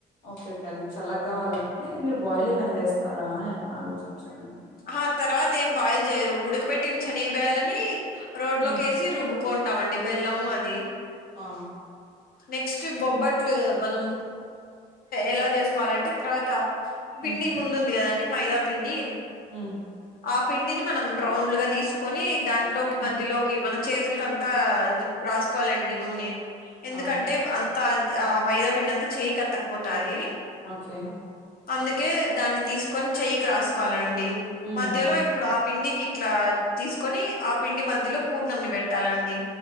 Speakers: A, on the left; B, on the left.
A: ఓకే ఓకే అది చల్లగా కావాలంటండి మీరు బాయిల్ ఏమైనా చేస్తారా అని ఆలోచించానండి
B: ఆ తర్వాత ఏం బాయిల్ చేయరు ఉడకబెట్టి శని బేళని రోట్ లోకి
A: ఉమ్
B: చి రుబ్బుకుంటాండి బెల్లము అది
A: ఆ
B: నెక్స్ట్ బొబ్బట్లు మనం ఎలా చేసుకోవాలంటే తర్వాత పిండి
A: ఉమ్
B: ముందుంది కదండి మైదా పిండి
A: ఊ
B: ఆ పిండిని మనం రౌండ్ గా తీసుకొని దాంట్లోకి
A: ఉమ్,
B: మధ్యలోకి మన చేతులు కనిపి ప ఇది రాసుకోవాలండి నూనె ఎందుకంటే
A: ఆ
B: అంత ఆ మైదా పిండి అంతా చేయిి కత్తకపోతది
A: ఓకే
B: అందుకే దాన్ని తీసుకొని చెయ్యికి రాసుకోలండి
A: ఉమ్
B: మధ్యలో ఇప్పుడు ఆ పిండికి ఇట్లా తీసుకొని ఆ పిండి మధ్యలో పూర్ణమిని పెట్టాలండి